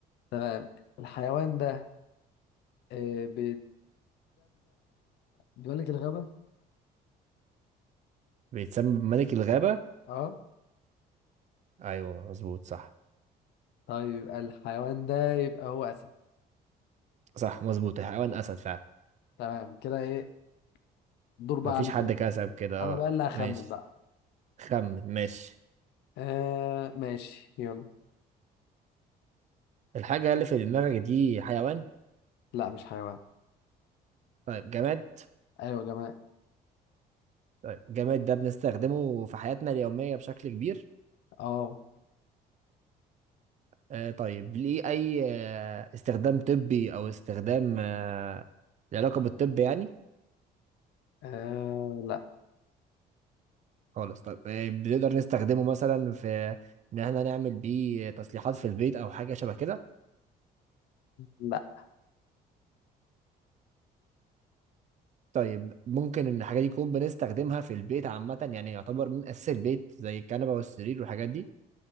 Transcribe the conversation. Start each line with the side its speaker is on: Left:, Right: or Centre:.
Left: تمام الحيوان ده آه، بيتسمى بملك الغابة
Right: بيتسمى بملك الغابة
Left: اه
Right: ايوه مظبوط صح
Left: طيب الحيوان ده يبقى هو أسد
Right: صح مظبوط حيوان اسد فعلا
Left: تمام كده ايه دور بقى
Right: مفيش
Left: عليك
Right: حد
Left: يلا.
Right: كسب كده
Left: انا
Right: اه
Left: بقى اللي هخمن
Right: ماشي
Left: بقى
Right: خمن ماشي
Left: آه ماشي يلا
Right: الحاجة اللي في دماغك دي حيوان
Left: لا مش حيوان
Right: طيب جماد
Left: ايوه يا جماعة
Right: طيب جماد ده بنستخدمه في حياتنا اليومية بشكل كبير
Left: اه
Right: آه طيب ليه اي آه استخدام طبي او استخدام آه له علاقة بالطب يعني
Left: آه، لا
Right: خالص طيب آه، بنقدر نستخدمه مثلا في ان احنا نعمل بيه تصليحات في البيت او حاجه شبه كده
Left: لا
Right: طيب ممكن ان الحاجه دي نكون بنستخدمها في البيت عامه يعني يعتبر من اساس البيت زي الكنبه والسرير والحاجات دي